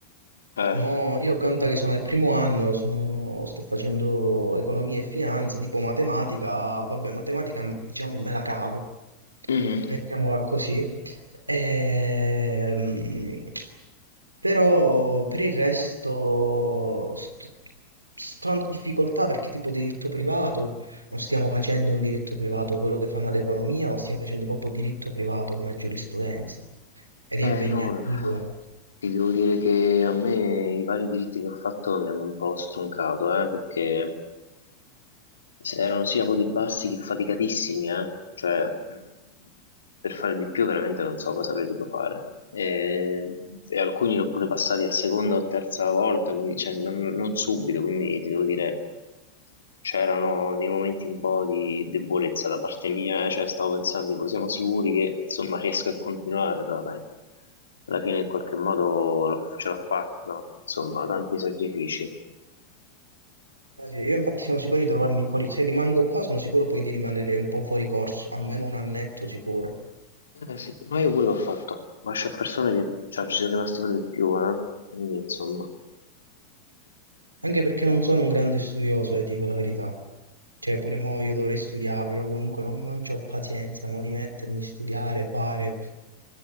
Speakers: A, on the left; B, on the right.
A: Eh,
B: Mo io conta che sono al primo anno, sono- sto facendo economia e finanza, tipo matematica, vabbè, matematica diciamo me la cavo,
A: mhm.
B: mettiamola così. Ehm, però per il resto sto, sto in difficoltà perché tipo diritto privato, non stiamo facendo un diritto privato quello che fanno ad economia, ma stiamo facendo proprio diritto privato come giurisprudenza ed
A: Eh,
B: è impegnativo.
A: no, ti devo dire che a me i vari diritti che ho fatto mi hanno un po' stroncato, eh, perché... Se- Erano sia voti bassi che faticatissimi, eh. Cioè, mh, per fare di più veramente non so cosa avrei dovuto fare. E, e alcuni l'ho pure passati a seconda o terza volta, quindi cioè, non, non subito, quindi ti devo dire, c'erano dei momenti un po' di debolezza da parte mia, eh. Cioè, stavo pensando, tipo, siamo sicuri che insomma riesco a continuare, però dai, alla fine in qualche modo l'ho- ce l'ho fatta, no? Insomma, tanti sacrifici.
B: Eh sì, Io infatti sono sicuro di trovarmi fuori, se rimango qua sono sicuro poi di rimanere un po' fuori corso, almeno un annetto sicuro,
A: Eh, sì, ma io quello ho fatto, ma c'è persone che cioè, ci sono rimasti per di più, eh? Quindi insomma,
B: anche perché non sono un grande studioso, eh, dico la verità. Cioè, pure mo' io dovrei studiare, però comunque non, non c'ho pazienza, mo' di mettermi, a studiare, fare.